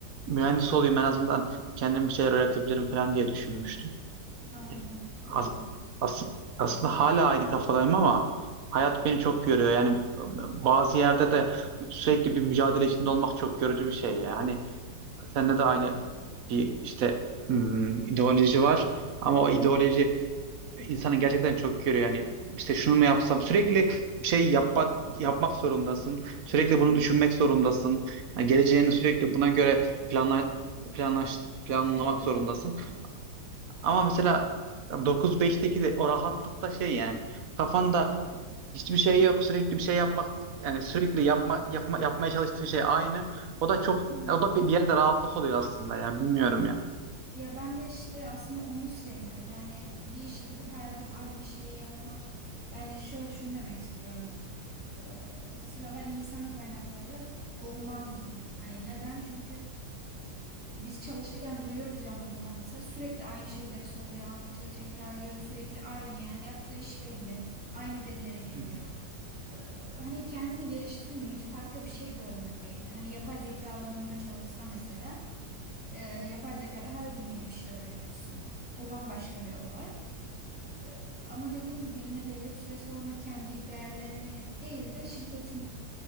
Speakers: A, on the right (about 55°); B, in the centre.
A: mühendis olayım en azından kendime bir şeyler öğretebilirim falan diye düşünmüştüm.
B: Aynen,
A: Yani
B: aynen.
A: as- as- aslında hala aynı kafadayım ama hayat beni çok görüyor. Yani bazı yerde de sürekli bir mücadele içinde olmak çok yorucu bir şey. Yani sende de aynı bir işte hmm, ideoloji var ama o
B: Hı hı.
A: ideoloji insanı gerçekten çok görüyor. Yani işte şunu mu yapsam sürekli bir şey yapmak yapmak zorundasın. Sürekli bunu
B: Hı hı.
A: düşünmek zorundasın. Yani geleceğini sürekli buna göre planla, planlaş, planlamak
B: Evet,
A: zorundasın.
B: evet.
A: Ama mesela 9-5'teki de o rahatlıkta şey yani kafanda hiçbir şey yok sürekli bir şey yapmak yani sürekli yapma, yapma yapmaya çalıştığın şey aynı. O da çok
B: Hı hı.
A: o da bir bir yerde rahatlık oluyor aslında ya bilmiyorum yani.
B: Ya ben de işte aslında onu sevmiyorum. Yani bir işe gidip her gün aynı şeyi yapmak. Yani şöyle şunu demek istiyorum. Ee, mesela ben insan kaynakları olmazdım. Hani neden? Çünkü biz çalışırken duyuyoruz yani odadan mesela sürekli aynı şeyleri söylüyor, anlatıyor, tekrarlıyor. Sürekli aynı yani yaptığı iş belli. Aynı verilere giriyor.
A: Hı hı.
B: Ee, hani kendini geliştirmiyor, hiç farklı bir şey görmüyor beyni. Hani yapay zeka alanında çalışsa mesela e, yapay zekada her gün yeni bir şey öğreniyorsun. O bambaşka bir olay. E, ama dediğim gibi yine belli bir süre sonra kendi değerlerini değil de şirketin